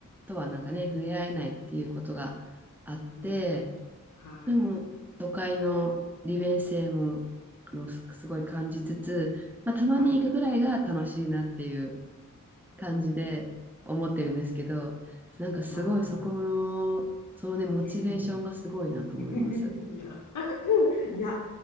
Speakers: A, in the centre; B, on the left (about 70°).
A: とはなんかね、触れ合えないっていうことがあって、
B: うーん。はい。
A: でも都会の利便性もあのすすごい感じつつ、まあ、たまに行くぐらいが楽しいなっていう
B: はい。
A: 感じで思ってるんですけど、
B: うん。
A: なんかすごいそこの、
B: ああ。
A: そのね、モチベーションがすごいなと思います。
B: うん <laughs> いや。<laughs> いや。